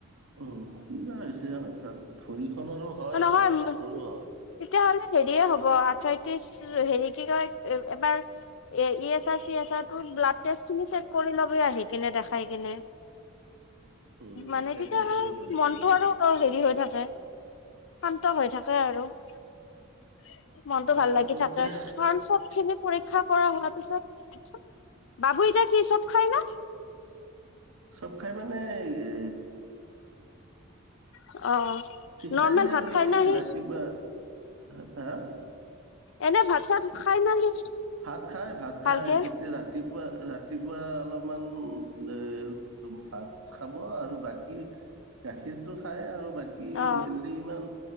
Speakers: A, on the right; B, on the left.
A: উম, কিবা হৈছে হঠাৎ ভৰিখনৰো হয়,
B: নহয়
A: হাতৰো হয়।
B: তেতিয়াহ'লে হেৰিয়ে হব, আঠাই হেৰী, কি কয়? এবাৰ এ ই এছ আৰ-চি এছ আৰ টো, ব্লাড টেষ্ট খিনি চেক কৰী লবি আহি কেনে দেখাই কেনে।
A: উম,
B: মানে
A: তাকেতো
B: তেতিয়া আৰু
A: একো ধৰিব
B: মনটো
A: লাগিব।
B: আৰু হেৰি হৈ থাকে। শান্ত হৈ থাকে আৰু। উম <inaudible> মনটো
A: তাকেতো
B: ভাল লাগি থাকে।
A: এতিয়া
B: কাৰণ চব খিনি পৰীক্ষা কৰা হোৱাৰ পিছত বাবু এতিয়া কি চব খায় ন?
A: চব খাই মানে এ
B: <unintelligible> অ
A: ফিচাৰি
B: নৰ্মেল
A: আৰু
B: ভাত খাই
A: এই
B: না সি
A: ৰাতিপুৱা হ হা? <unintelligible>
B: এনে ভাত-চাত খাই না সি?
A: ভাত খাই, ভাত খাই
B: ভালকে
A: কেতিয়া ৰাতি ৰাতিপুৱা, ৰাতিপুৱা অলপমান এ ভাত খাব আৰু বাকী গাখীৰটো খাই আৰু বাকি
B: অ
A: মেইনলী ইমান